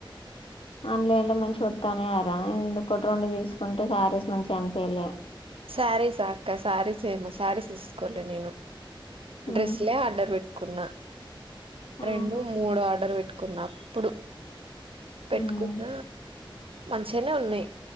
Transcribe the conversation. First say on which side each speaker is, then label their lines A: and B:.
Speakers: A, on the left; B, on the right.
A: ఆన్లైన్ లో మంచి వత్తనేయారందు కొటి రెండు తీసుకుంటే శారీస్ మంచిగా అనిపలే
B: శారీస్ అక్క శారీస్ ఏమో శారీస్ తీసుకోంటను నేను
A: మ్మ్
B: డ్రెస్లే ఆర్డర్ పెట్ కున్నా
A: ఆహా
B: రెండు మూడు ఆర్డర్ పెట్టుకు కున్నప్పుడు పెట్టుకున్న
A: మ్మ్
B: మంచిగానే ఉన్నాయి